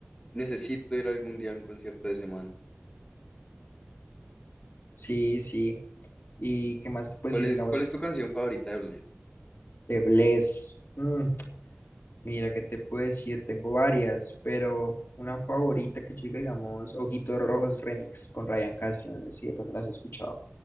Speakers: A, on the left; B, on the left.
A: necesito ir algún día a un concierto de ese man.
B: Sí, sí. ¿Y qué más te puedo
A: ¿Cuál
B: decir,
A: es,
B: digamos,
A: cuál es tu canción favorita de Bless?
B: de Blessd? Mm, mira, qué te puedo decir, tengo varias, pero una favorita que yo diga, digamos, Ojitos Rojos Remix con Ryan Castro, no sé si de pronto las has escuchado.